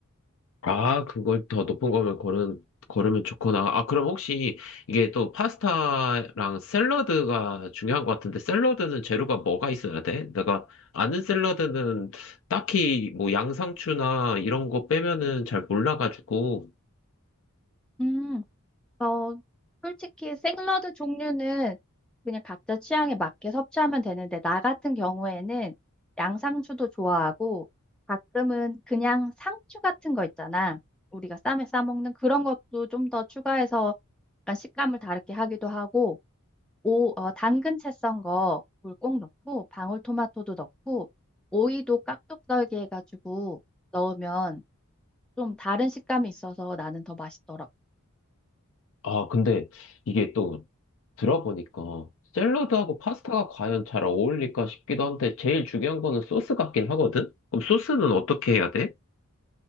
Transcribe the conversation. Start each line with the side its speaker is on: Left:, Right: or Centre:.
Left: 아, 그걸 더 높은 거면 고른, 고르면 좋구나. 아, 그럼 혹시 이게 또 파스타랑 샐러드가 중요한 것 같은데 샐러드는 재료가 뭐가 있어야 돼? 내가 아는 샐러드는 딱히 뭐 양상추나 이런 거 빼면은 잘 몰라가지고.
Centre: 음, 어, 솔직히 샐러드 종류는 그냥 각자 취향에 맞게 섭취하면 되는데, 나 같은 경우에는 양상추도 좋아하고, 가끔은 그냥 상추 같은 거 있잖아. 우리가 쌈에 싸먹는 그런 것도 좀 더 추가해서 약간 식감을 다르게 하기도 하고, 오, 어, 당근 채 썬 거 물 꼭 넣고 방울토마토도 넣고 오이도 깍둑 썰기 해가지고 넣으면 좀 다른 식감이 있어서 나는 더 맛있더라고.
Left: 아, 근데 이게 또 들어보니까 샐러드하고 파스타가 과연 잘 어울릴까 싶기도 한데 제일 중요한 거는 소스 같긴 하거든? 그럼 소스는 어떻게 해야 돼?